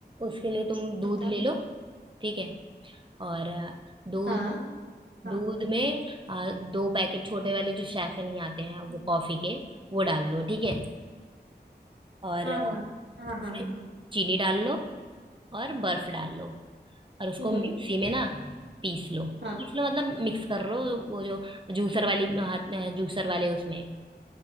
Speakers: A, on the right; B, on the right.
A: उसके लिए तुम दूध
B: बताओ
A: ले लो ठीक है और अ, दूध
B: हाँ हाँ
A: दूध में अ, दो पैकेट छोटे वाले जो सैफे नहीं आते हैं
B: हम्म,
A: वो कॉफी के वो डाल लो ठीक है और
B: हाँ
A: अ,
B: हाँ हाँ
A: उसमें
B: हाँ हाँ
A: चीनी डाल लो और बर्फ डाल लो और उसको
B: हम्म
A: मिक्सी में ना पीस लो पीस
B: हाँ
A: लो मतलब मिक्स कर लो वो जो जूसर वाली हाथ जूसर वाले उसमें